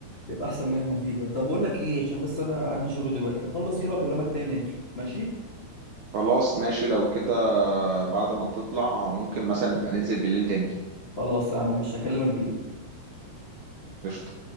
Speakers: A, on the left; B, on the right.
A: يبقى أحسن من اللي احنا فيه ده طب بقول لك ايه عشان بس أنا عندي شغل دلوقتي هخلص كده وأكلمك تاني ماشي
B: خلاص ماشي لو كده بعد ما تطلع ممكن مثلا نبقى ننزل بالليل تاني
A: خلاص اه ماشي هكلمك بالليل
B: قشطة.